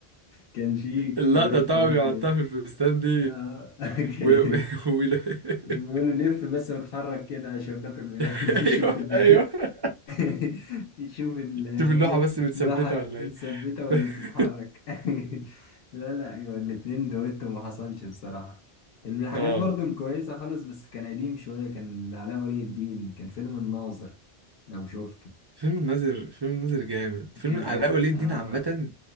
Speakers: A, on the left; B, on the right.
A: كان في
B: اللقطة
A: شوية
B: طبعا
A: كوميديا
B: بيحطها في الفستان دي
A: آه. <laughs> أوكي.
B: و... <laughs> و... ويلا-
A: بيقول له لف بس واتحرك كده عشان خاطر يعني
B: <laughs>
A: <laughs> يشوف
B: ايوه
A: ال
B: ايوه
A: <laughs> يشوف ال-
B: شوف اللوحة بس متثبتة
A: اللوحة
B: ولا
A: مثبتة
B: ايه <laughs>
A: ولا
B: ف-
A: بتتحرك <laughs> لا لا أيوة الاتنين دويتو ما حصلش بصراحة من الحاجات
B: اه
A: برضو الكويسة خالص بس كان قديم شوية كان لعلاء ولي الدين كان فيلم الناظر لو شفته
B: فيلم الناظر فيلم الناظر جامد فيلم
A: كان
B: علاء
A: آه
B: ولي
A: آه،
B: الدين عامة